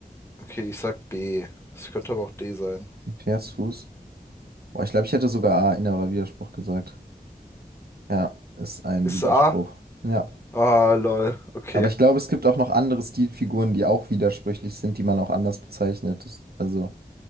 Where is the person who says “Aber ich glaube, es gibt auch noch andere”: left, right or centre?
Right